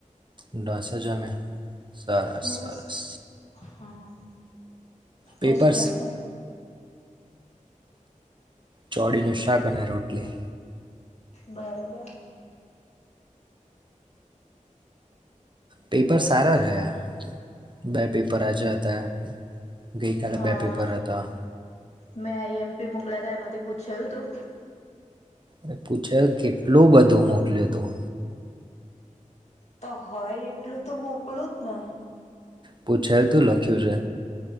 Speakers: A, on the right; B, on the left.
A: ડાસ જમે. સરસ
B: યસ
A: સરસ.
B: હા.
A: પેપર્સ
B: તે શું જમ્યું
A: ચોડીનું શાક અને રોટલી.
B: બરોબર.
A: પેપર
B: બોલ
A: સારા રહ્યા, બે પેપર આજ્યા હતા. ગઈકાલે
B: હા
A: બે પેપર હતા.
B: મેં આઈ એમ પી મોકલા્યા ત એમાંથી પૂછાયું હતું?
A: અરે પૂછે કેટલું બધું મોકલ્યું તું.
B: તો હોય એટલું તો મુ મકળું જ ને.
A: પૂછાય તું લખ્યું છે